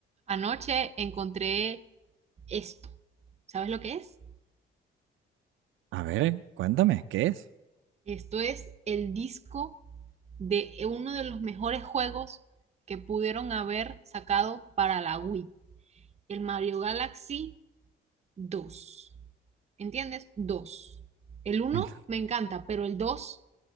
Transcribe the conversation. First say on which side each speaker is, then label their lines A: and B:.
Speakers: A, on the right; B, on the right.
A: Anoche encontré esto. ¿Sabes lo que es?
B: A ver, cuéntame, ¿qué es?
A: Esto es el disco de uno de los mejores juegos que pudieron haber sacado para la Wii, el Mario Galaxy dos. ¿Entiendes? dos? El uno
B: El-
A: me encanta, pero el dos,